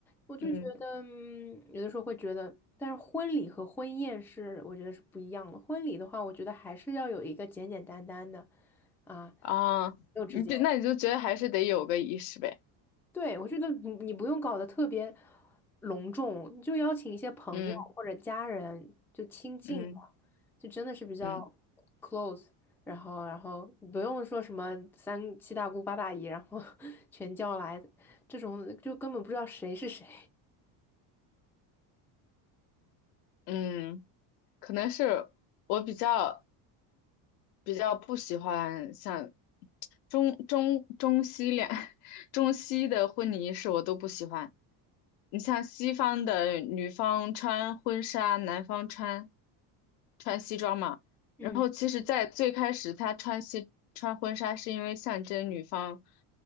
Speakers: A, in the centre; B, on the left (about 85°).
A: 我就觉得嗯有的时候会觉得，
B: 嗯
A: 但是婚礼和婚宴是我觉得是不一样的。婚礼的话，我觉得还是要有一个简简单单的啊，
B: 啊，
A: 肉质简。
B: 你这那你就觉得还是得有个仪式呗。
A: 对，我觉得你你不用搞得特别隆重，你就邀请一些朋友或者家人，
B: 嗯
A: 就亲近的，
B: 嗯
A: 就真的是比较
B: 嗯
A: close。然后，然后不用说什么三七大姑八大姨，然后 <laughs> 全叫来，这种就根本不知道谁是谁。
B: 嗯，可能是我比较。比较不喜欢像中中中西两 <laughs> 中西的婚礼仪式我都不喜欢。你像西方的女方穿婚纱，男方穿穿西装嘛。
A: 嗯
B: 然后其实，在最开始他穿西穿婚纱是因为象征女方，